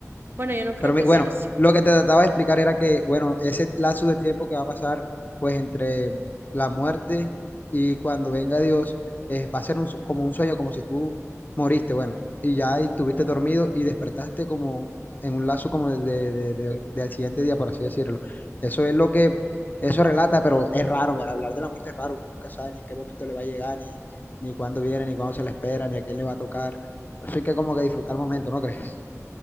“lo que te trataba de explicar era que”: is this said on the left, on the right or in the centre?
Left